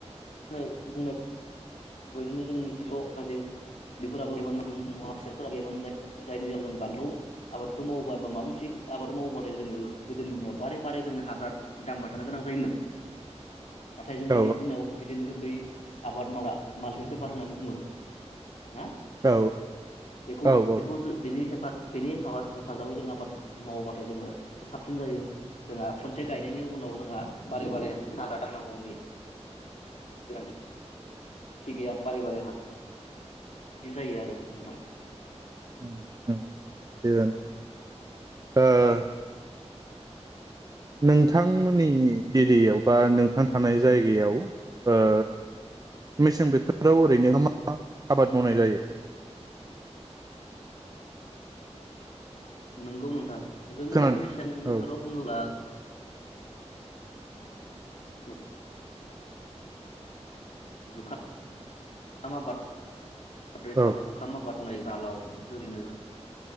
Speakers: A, on the left; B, on the right.
A: बुंनाय बुंनाय बायदिनो जों <unintelligible> उन्दैफोरबो जों <unintelligible> फोरा गैयामोन जाय-जायनि जाव जों बानलु आबादखौ मावोबा बा माबा मोनसे आबाद मावोबथाय जोङो गोदोनि दिनाव बारे बारे जोङो हाग्रा दांबाय थानो गोनां जायोमोन। नाथाय जों
B: औ
A: दिनैनि दिनाव जिदिनो गो बै आबाद मावग्रा मालसिं पेपार होननानै बुङो ना?
B: औ
A: बेखौ
B: औ औ
A: बेखौ ज बेनि हेफा बेनि हेफाबा-हेफाजाबै जों आबाद मावोबाथाय जोङो साबसिन जायो जोंहा खनसे गाय गायनायनि उनाव जोंहा बारे बारे हाग्रा दांनांगौैनि गोनांथि थि गैया बारै बारै हा बिदि जायो आरो नोंथां।
B: <unintelligible> ओ नोंथांमोननि एरियायाव बा नोंथां थानाय जायगायाव ओ मेसें बोथोराव ओरैनो मा मा आबाद मावनाय जायो?
A: नोंगौ नोंथां। जोंनिथिं
B: खोनादों
A: मेसें बोथोराव
B: औ
A: बुङोब्ला औ जुखाम आबाद। बै था
B: औ
A: जुखाम आबाद मावनाय दालाव बेफोरनो